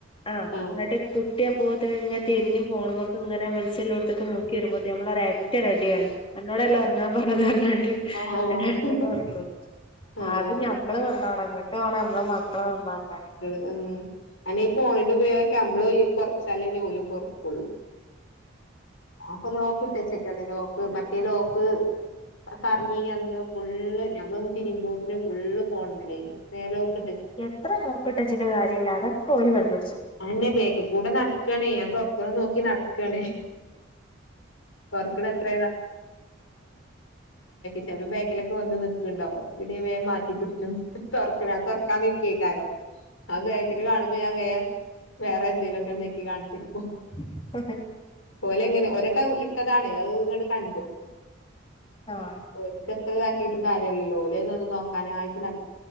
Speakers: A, on the left; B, on the left.
A: ആ
B: ആഹ്
A: ഇങ്ങട്ട് കുട്ടി അപ്പോത്ത ഇങ്ങെ തിരിഞ്ഞു ഫോണുമക്ക ഇങ്ങനെ മത്സംോത്തൊക്കെ നോി കീറമ്പോത്തി നമ്മള ഒര അറ്റ റെഡിയാണ് എന്നോടല്ലാം ഉറങ്ങാൻ പറഞ്ഞത് പറഞ്ഞണ്ട്
B: ആഹ് ആഹ്
A: എന്റെ അടുത്തായിട്ട് ഉറക്കു
B: ആഹ്
A: അത് ഞമ്മള് നന്നാണ് അങ്ങോട്ട് വേണം നമ്മള് മക്കളെ നന്നാക്കാാന
B: ഉ അന്നെ ഈ ഫോണിന്റെറെ ഉപയോഗൊക്കെ നമ്മ കുറച്ചാലന്നെ പോഓലും കൊറക്കുള്ളു ഞാൻപ്പൊ ലോക്ക് ഇട്ടച്ചിക്കാണ് ലോക്ക് മറ്റേ ലോക്ക് കഞ്ഞീന് അന്ന് ഫുള്ള് ഞമ്മള ഒന്ന് തിരുമ്പോത്തിന് ഫുള്ള് പോണമലേ നലക്ക
A: എത്ര നോക്കിട്ടച്ചിട്ട കാര്യമില്ല അതൊ പോലും കണ്ടു
B: അന്നെ ബേക്ക് കൂടെ നടക്കണ ഞാൻ തുൊറക്ക നോക്കി നടക്കാണ്േ പർക്കണ എത്ര ചപ്പോ ബേക്കിലൊക്കെ വന്ന് നണ്ടാവോ പിന്നെ വേ മാറ്റിടിച്ചും തുറക്ക നിക്കേക്കാരോ ആ ബേക്കിൽ കാണ്പോ ഞാ വേഗ വേറെ എന്തെേലുമൊക്കെ നക്കി കാണിച്ചുടി
A: <inaudible>
B: പോലെ എങ്ങനെ ഒരട്ട ഇട്ടതാണേ അത് ഇങ്ങോട് കണ്ടു
A: ആഹ്
B: ഓർക്ക് എത്ര ഇതാക്കിട്ട് കാര്യല്ല ലോലിന്നന്ന് നോക്കാനായിട്ട് നട